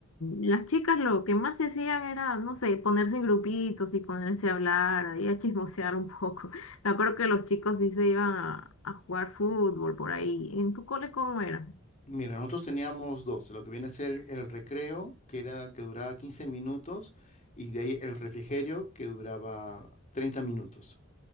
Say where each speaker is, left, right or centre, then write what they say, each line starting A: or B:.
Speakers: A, on the left; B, on the left.
A: las chicas lo que más se hacían era, no sé, ponerse en grupitos y ponerse a hablar, ahí a chismosear un poco. <laughs> Me acuerdo que los chicos sí se iban a, a jugar fútbol por ahí. ¿En tu cole cómo era?
B: Mira, nosotros teníamos dos, lo que viene a ser el recreo, que era que duraba 15 minutos, y de ahí el refrigerio, que duraba 30 minutos.